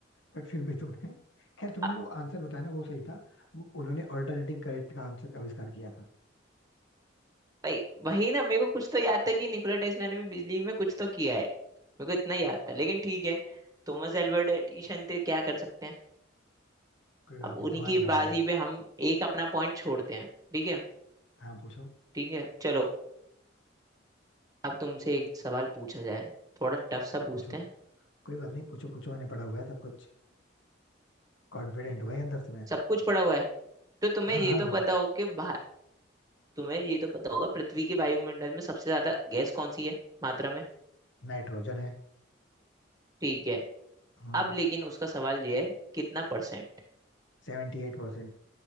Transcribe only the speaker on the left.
बट फिर भी तुमने खैर तुमने
जो आंसर बताया ना वो सही था वो उन्होंने ऑल्टरनेटिंग करंट का आंसर आविष्कार किया था
कोई बात
नहीं तुम्हारी
बारी
भाई
हाँ पूछो
पूछो
पूछो
कोई बात नहीं पूछो पूछो मैंने पढ़ा हुआ है सब कुछ कॉन्फिडेंट हुआ है अंदर से मैं
हाँ
हाँ
नाइट्रोजन है
हाँ
सेवेंटी एट परसेंट